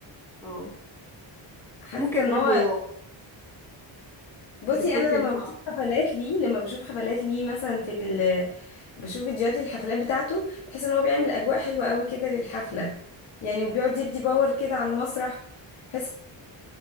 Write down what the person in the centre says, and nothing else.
اه
ممكن
برضو
بتحس
ان
هو